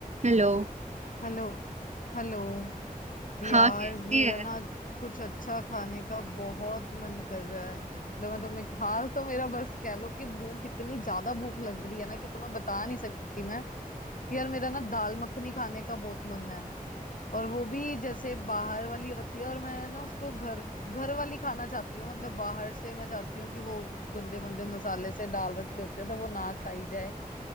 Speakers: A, on the right (about 50°); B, on the left (about 60°).
A: Hello
B: Hello Hello यार
A: हाँ कैसी
B: मेरा
A: है
B: ना आज कुछ अच्छा खाने का बहुत मन कर रहा है मतलब मैं तुम्हें हाल तो मेरा बस कह लो कि भूख इतनी ज्यादा भूख लग रही है ना कि तुम्हें बता नहीं सकती मैं यार मेरा ना दाल मखनी खाने का बहुत मन है और वो भी जैसे बाहर वाली होती है और मैं ना उसको घर घर वाली खाना चाहती हूँ मतलब बाहर से मैं चाहती हूँ कि वो गंदे मंदे मसाले से डाल रखे होते हैं तो वो ना खाई जाए